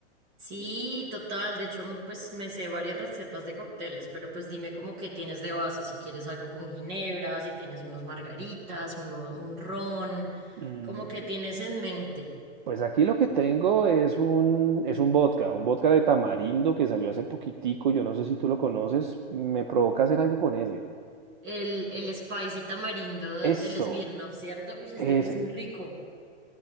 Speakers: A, on the right (about 25°); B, on the right (about 40°).
A: Sí, total. De hecho, mm, pues me sé varias recetas de cócteles, pero pues dime como que tienes de base, si quieres algo con ginebra, si tienes unos margaritas, uno, un ron,
B: Mm,
A: como que tienes en mente.
B: Pues aquí lo que tengo es un, es un vodka, un vodka de tamarindo que salió hace poquitico, yo no sé si tú lo conoces, me provoca hacer algo con ese.
A: El, el spicy tamarindo,
B: Eso,
A: el Smirnoff, ¿cierto? Uy, es,
B: ese,
A: de- es muy rico.